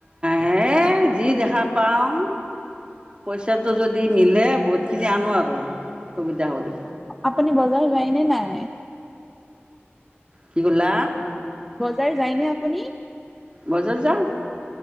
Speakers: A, on the right (about 25°); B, in the centre.
A: হে যি দেখা পাওঁ পইচাটো যদি মিলে বহুতখিনি আনো আৰু সুবিধা কৰি।
B: আপুনি বজাৰ যায়নে নাই?
A: কি কলা।
B: বজাৰ যায়নে আপুনি
A: বজাৰ যাওঁ